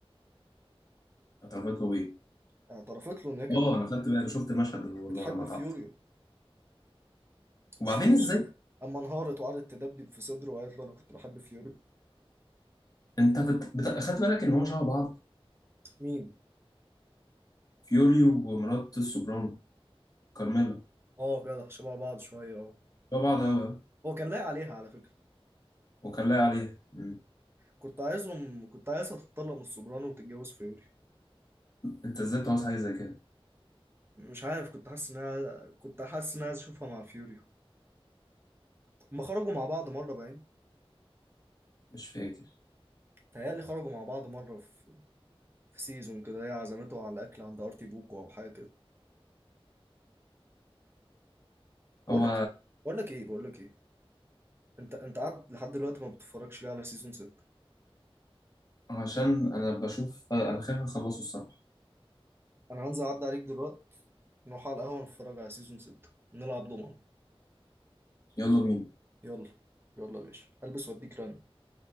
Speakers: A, on the left; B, on the right.
A: اتعرفت له ايه
B: اعترفت له ان هي كانت
A: اه
B: بتحب
A: انا خدت بالي انا شفت المشهد ده والله
B: بتحب
A: لما
B: فيوريو
A: اتعرفت وبعدين
B: مش في مشهد
A: ازاي
B: اما انهارت وقعدت تدبدب في صدره وقالت له انا كنت بحب فيوري
A: انت بت... بت... خدت بالك ان هم شبه بعض
B: مين
A: فيوري ومرات السوبرانو كارميلا
B: اه جدع شبه بعض شويه اه
A: لا بعض أوي أه.
B: هو كان لايق عليها على فكره
A: وكان لاقي عليها مم.
B: كنت عايزهم كنت عايزها تتطلق من السوبرانو وتتجوز فيوري
A: أنت إزاي بتعوز حاجة زي كده
B: مش عارف كنت حاسس ان انا كنت حاسس ان انا عايز اشوفها مع فيوري هما خرجوا مع بعض مره باين
A: مش فاكر
B: تهيألي خرجوا مع بعض مره في, في سيزون كده هي عزمته على الاكل عند ارتي بوكو او حاجه كده بقول
A: هو
B: لك ايه بقول لك ايه بقول لك ايه انت انت قاعد لحد دلوقتي ما بتتفرجش ليه على سيزون 6
A: عشان أنا بشوف أنا خايف أخلصه الصراحة
B: انا هنزل اعدي عليك دلوقتي نروح على القهوة نتفرج على سيزون 6 نلعب ضمان
A: يلا بينا
B: يلا يلا يا باشا البس واديك رن